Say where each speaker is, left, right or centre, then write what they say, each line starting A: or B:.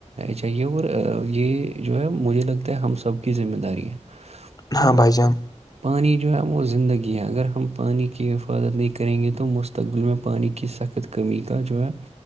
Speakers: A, on the right; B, on the left.
A: چاہیے اور یہ جو ہے مجھے لگتا ہے ہم سب کی ذمہ داری ہے تو
B: ہاں بھائی جان
A: پانی جو ہے وہ زندگی ہے اگر ہم پانی کی حفاظت نہیں کریں گے تو مستقبل میں پانی کی سخت وقت کمی کا جو ہے